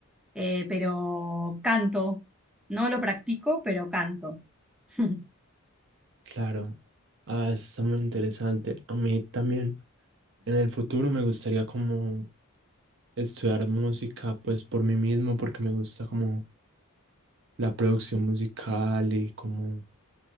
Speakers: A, in the centre; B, on the right.
A: eh, pero canto. No lo practico, pero canto. <laughs>
B: Claro, ah, eso está muy interesante. A mí también en el futuro me gustaría como estudiar música pues por mí mismo porque me gusta como la producción musical y como